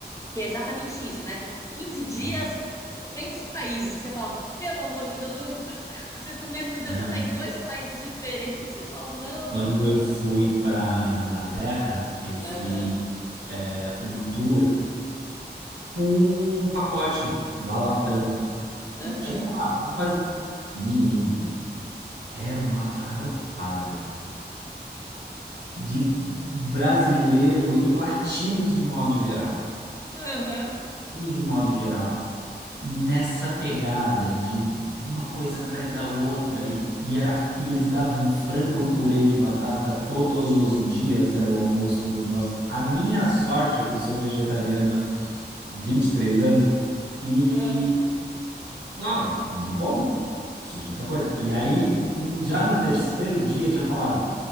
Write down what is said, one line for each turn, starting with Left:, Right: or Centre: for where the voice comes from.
Left: que é exatamente isso, né? 15 dias,
Right: não, tipo,
Left: 200 países. que Você fala, pelo amor de Deus, eu- <laughs> às vezes no mesmo dia
Right: não.
Left: você está em dois países diferentes. <laughs> Você fala, não,
Right: Quando
Left: não.
Right: eu fui para Inglaterra, eu fiz
Left: Aham,
Right: é, um tour com um pacote da Latam.
Left: aham,
Right: Tipo, ah, vou fazer. Menina, era uma farofada de brasileiro e latinos de modo geral.
Left: aham,
Right: Latinos de modo geral. nessa pegada de uma coisa atrás da outra e, e era e eles davam frango e purê de batata todos os dias, era o almoço do negócio. A minha sorte é que eu sou vegetariano há 23 anos e
Left: aham.
Right: falava, não como, preciso de outra coisa. E aí, já no terceiro dia, eles já falaram,